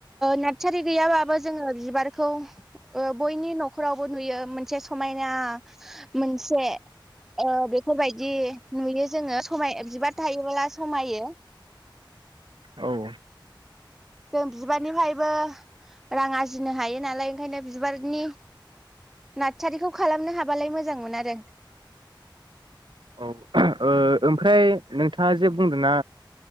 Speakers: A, in the centre; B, on the right.
A: नारसारि गैयाबाबो जोङो बिबारखौ ओ बयनि नख'रावबो नुयो मोनसे समायना ना मोनसे ओ बेफोरबायदि नुयो जोङो समाय बिबार नुबोला समायो
B: औ।
A: जों बिबारनिफ्रायबो रां आरजिनो हायो नालाय ओंखायनो बिबारनि नारसारिखौ खालामनो हाबालाय मोजांमोन आरो
B: औ ओ ओमफ्राय नोंथाङा जे बुंदों ना